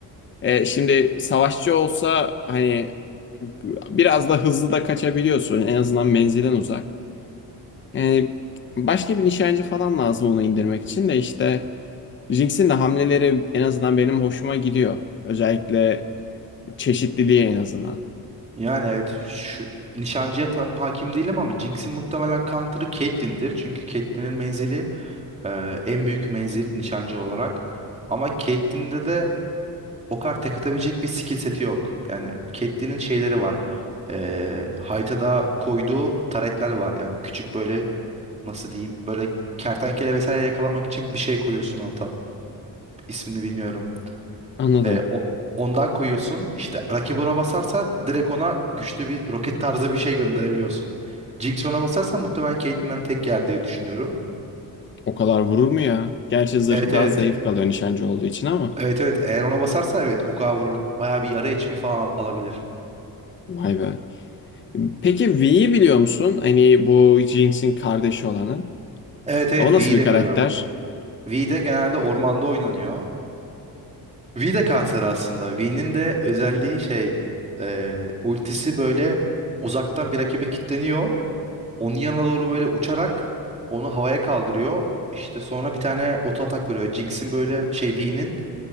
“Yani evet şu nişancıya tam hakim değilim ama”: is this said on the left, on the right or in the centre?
Right